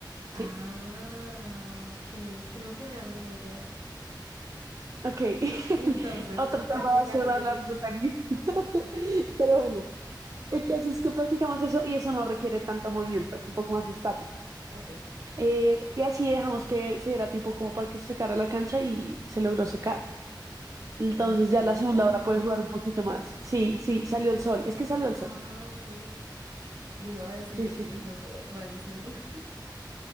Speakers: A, on the right; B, on the right.
A: Ah,
B: ¿sí?
A: ok. Creo que me hago una idea.
B: Ok, <laughs>
A: Y entonces,
B: otro tema
A: practicaron
B: va a ser hablar
A: eso.
B: de tenis. <laughs>
A: <laughs>
B: Pero bueno, el caso es que practicamos eso y eso no requiere tanto movimiento, es un poco más estático.
A: Ok.
B: Eh, y así dejamos que se diera tiempo como para que se secara la cancha y se logró secar. Entonces
A: ¿En serio?
B: ya la segunda hora puede jugar un poquito más. Sí, sí, salió el sol. Es que salió el
A: Ah,
B: sol.
A: ok. Yo iba a decir,
B: Sí, sí,
A: eso
B: sí,
A: fue rarísimo. <laughs>